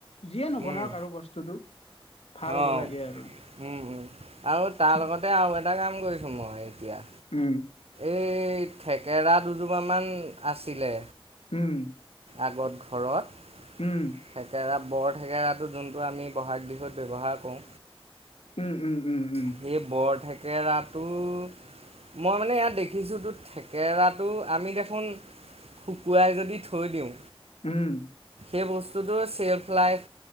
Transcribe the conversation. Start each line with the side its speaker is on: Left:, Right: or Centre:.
Left: যিয়ে নবনাওক
Right: উম
Left: আৰু বস্তুটো ভাল
Right: অঁ
Left: হ'ব লাগে আৰু।
Right: উম উম আৰু তাৰ
Left: ঠিক
Right: লগতে আৰু এটা কাম কৰিছো মই এতিয়া
Left: উম।
Right: এই থেকেৰা দুজোপামান আছিলে
Left: উম
Right: আগত ঘৰত
Left: উম
Right: থেকেৰা বৰ থেকেৰাটো যোনটো আমি বহাগ বিহুত ব্যৱহাৰ কৰোঁ
Left: উম, উম, উম। উম
Right: সেই বৰ থেকেৰাটো মই মানে ইয়াত দেখিছোঁতো থেকেৰাটো আমি দেখোন শুকুৱাই যদি থৈ দিওঁ।
Left: উম।
Right: সেই বস্তুটো চেল্ফ লাইফ